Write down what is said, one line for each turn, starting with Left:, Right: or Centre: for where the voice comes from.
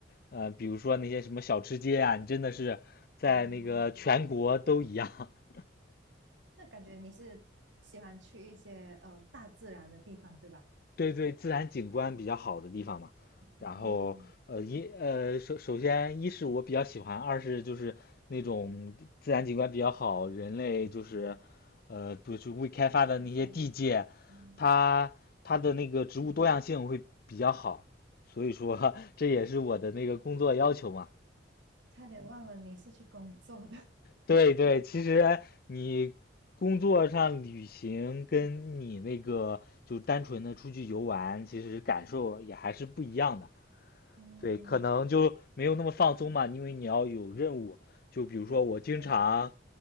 Left: 呃，比如说那些什么小吃街啊，你真的是在那个全国都一样，
Right: 哦，
Left: <laughs>
Right: 那感觉你是喜欢去一些呃大自然的地方，对吧？
Left: 对对，自然景观比较好的地方嘛。
Right: 嗯，
Left: 然后，呃，一呃，首首先，一是我比较喜欢，二是就是那种自然景观比较好，人类就是，呃，不是未开发的那些地界，
Right: 比较放松。嗯
Left: 它它的那个植物多样性会比较好，所以说 <laughs> 这也是我的那个工作要求嘛。
Right: 嗯嗯差点忘了你是去工作的。
Left: 对对，其实你工作上旅行跟你那个就单纯的出去游玩，其实感受也还是不一样的。
Right: <laughs> 嗯，
Left: 对，可能就没有那么放松嘛，因为你要有任务。就比如说，
Right: 对对对，
Left: 我经常